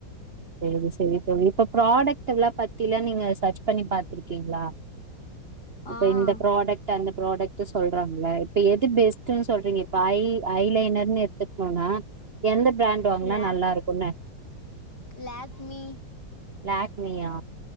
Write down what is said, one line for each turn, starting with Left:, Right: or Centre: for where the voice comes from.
Right: சேரி சேரி தோழி இப்ப ப்ராடக்ட்ல்லாம் பத்திலாம் நீங்க சர்ச் பண்ணி பாத்துருக்கீங்களா
Left: ஆ
Right: இப்ப இந்த ப்ராடக்ட் அந்த ப்ராடக்ட் சொல்றாங்கள இப்ப எது பெஸ்ட்னு சொல்றீங்க இப்ப ஐ ஐ லைனர் எடுத் போனா எந்த பிராண்ட் வாங்கனா
Left: லாக்
Right: நல்லாருக் ஆ
Left: லாக்மி
Right: லாக்மியா